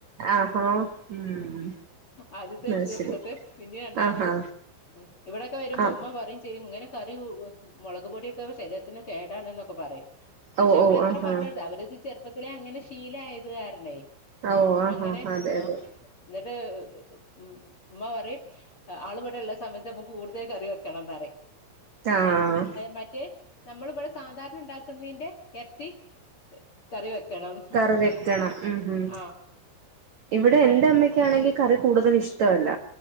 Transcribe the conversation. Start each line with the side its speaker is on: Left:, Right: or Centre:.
Right: ആഹാ ഉം
Left: ആദ്യത്തേത്
Right: അത്
Left: തീർത്തിട്ട്
Right: ശരി
Left: പിന്നെ രണ്ടാമത്
Right: ആഹാ
Left: ഉം ഇവിടൊക്കെ വരുമ്പോ
Right: ആഹ്
Left: ഉമ്മ പറയും ചെയ്യും ഇങ്ങനെ കറി മുളക് പൊടിയൊക്കെ ശരീരത്തിന് കേടാണ് എന്നൊക്കെ പറയും. പക്ഷെ
Right: ഓ
Left: നമ്മൾ
Right: ഓ
Left: എത്ര
Right: ആഹാ
Left: പറഞ്ഞ അവരത് ചെറുപ്പത്തിലെ അങ്ങനെ ശീലയത് കാരണേ
Right: ഓ ആഹാ
Left: അങ്ങനെ
Right: അതെ അതെ
Left: ആഹ് എന്നിട്ട് ഉം ഉമ്മ പറയും ആൾ ഇവിടെ ഉള്ള സമയ തിനൊപ്പം കൂടുതൽ കറി വെക്കണന്നറിയും
Right: ആഹ്
Left: മറ്റേത് നമ്മളിവിടെ സാധാരണ ഉണ്ടാക്കുന്നതിന്റെ ഇരട്ടി കറി വെക്കണം
Right: കറി വെക്കണം ഉം ഉം
Left: ആഹ്
Right: ഇവിടെ എന്റെ അമ്മക്കാണെങ്കിൽ കറി കൂടുതൽ ഇഷ്ടവല്ല